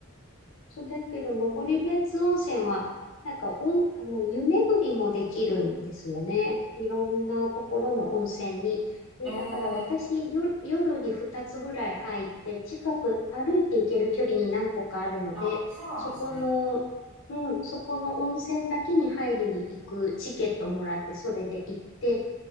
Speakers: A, on the left; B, on the right.
A: そうだけど、登別温泉は、なんかおん、あの、湯巡りもできるんですよね。いろんなところの温泉に。で、
B: ええ
A: だから私、よ、夜に2つぐらい入って、近く歩いて行ける距離に何個かあるので、
B: あ、そうなんですね。
A: そこの、うん、そこの温泉だけに入りに行くチケットもらって、それで行って、